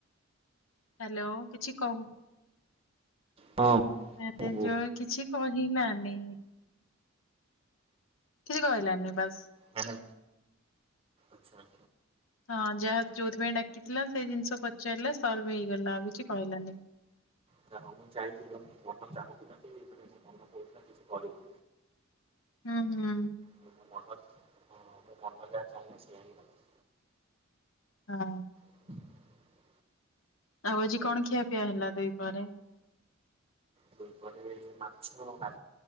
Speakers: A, on the left (about 75°); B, on the right (about 30°).
A: ହ୍ୟାଲୋ କିଛି କହୁ
B: ହଁ
A: ମାନେ
B: ଓ
A: ଜୋର କିଛି କହିଲାନିଁ କିଛି କହିଲାନି ବାସ।
B: ହାଲେ ଆଚ୍ଛା।
A: ହଁ ଯାହା ଯୋଉଥିପାଇଁ ଡାକିଥିଲା ସେଇ ଜିନିଷ ପଚାରିଲା ସଲଭ ହେଇଗଲା ଆଉ କିଛି କହିଲାନି।
B: ଆରେ ହଁ ମୁଁ ଚାହିଁଥିଲି ମୁଁ ମନ ଚାହୁଁଛି ନା କି ଏଇପଟେ ମୁଁ ମନ କହୁଥିଲା କିଛି କରିବି।
A: ହୁଁ ହୁଁ।
B: <inaudible> ହଁ ମୋ ମନ ଯାହା ଚାହିଁଲା ସେଇୟା ହିଁ ହେଲା।
A: ହଁ।
B: <unintelligible>
A: ଆଉ ଆଜି କଣ ଖିଆ ପିଆ ହେଲା ଦୁଇ ପହରେ?
B: ଦୁଇ ପହରେ ମାଛ ଭାତ